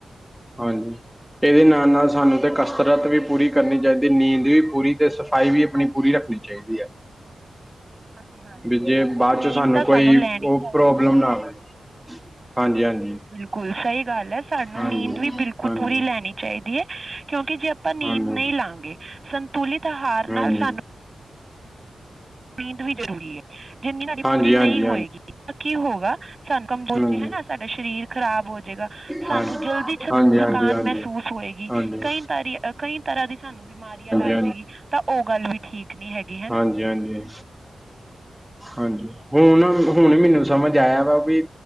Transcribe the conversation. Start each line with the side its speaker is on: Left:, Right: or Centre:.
Centre: ਹਾਂਜੀ ਇਹਦੇ ਨਾਲ ਨਾਲ ਸਾਨੂੰ ਤੇ ਕਸਰਤ ਵੀ ਪੂਰੀ ਕਰਨੀ ਚਾਹੀਦੀ ਨੀਂਦ ਵੀ ਪੂਰੀ ਤੇ ਸਫ਼ਾਈ ਵੀ ਆਪਣੀ ਪੂਰੀ ਰੱਖਣੀ ਚਾਹੀਦੀ ਆ
Right: ਹਾਂਜੀ ਹਾਂਜੀ
Centre: ਵੀ
Right: ਬਿਲਕੁਲ
Centre: ਜੇ ਬਾਅਦ
Right: ਨੀਂਦ
Centre: ਚ ਸਾਨੂੰ
Right: ਤਾਂ
Centre: ਕੋਈ
Right: ਲੈਣੀ
Centre: ਓਹ
Right: ਚਾਹੀਦੀ
Centre: ਪ੍ਰੋਬਲਮ
Right: ਹੈ
Centre: ਨਾ ਆਵੇ ਹਾਂਜੀ ਹਾਂਜੀ
Right: ਗੁਲ ਸਹੀ ਗੱਲ ਐ ਸਾਨੂੰ
Centre: ਹਾਂਜੀ
Right: ਨੀਂਦ ਵੀ ਬਿਲਕੁਲ
Centre: ਹਾਂਜੀ
Right: ਪੂਰੀ ਲੈਨੀ ਚਾਹੀਦੀ ਹੈ ਕਿਉਂਕਿ ਜੇ ਆਪਾਂ ਨੀਂਦ
Centre: ਹਾਂਜੀ
Right: ਨਹੀਂ ਲਾਂਗੇ ਸੰਤੁਲਿਤ ਆਹਾਰ
Centre: ਹਾਂਜੀ
Right: ਨਾਲ ਸਾਨੂੰ ਨੀਂਦ ਵੀ ਜ਼ਰੂਰੀ ਏ ਜਿੰਨੀ ਸਾਡੀ
Centre: ਹਾਂਜੀ
Right: ਪੂਰੀ
Centre: ਹਾਂਜੀ
Right: ਨਹੀਂ ਹੋਏਗੀ ਕੀ ਹੋਊਗਾ ਸਾਨੂੰ ਕੰਬੋਜ
Centre: ਹਾਂਜੀ
Right: ਹੈਨਾ ਸਾਡਾ ਸ਼ਰੀਰ ਖਰਾਬ ਹੋਜਏਗਾ। ਸਾਨੂੰ
Centre: ਹਾਂਜੀ
Right: ਜਲਦੀ ਛ ਥਕਾਨ
Centre: ਹਾਂਜੀ ਹਾਂਜੀ ਹਾਂਜੀ
Right: ਮਹਿਸੂਸ
Centre: ਹਾਂਜੀ
Right: ਹੋਏਗੀ
Centre: ਹਾਂਜੀ
Right: ਕਈ ਤਾਰੀ ਕਈ ਤਰ੍ਹਾਂ ਦੀ ਸਾਨੂੰ ਬਿਮਾਰੀਆਂ ਲੱਗ
Centre: ਹਾਂਜੀ ਹਾਂਜੀ
Right: ਜੇਗੀ ਤਾਂ ਉਹ ਗੱਲ ਵੀ ਠੀਕ ਨੀ ਹੈਗੀ। ਹੈ ਨਾ
Centre: ਹਾਂਜੀ ਹਾਂਜੀ ਹਾਂਜੀ ਹੁਨ ਹੁਨ ਮੈਨੂੰ ਸਮਝ ਆਇਆ ਵਾ ਵੀ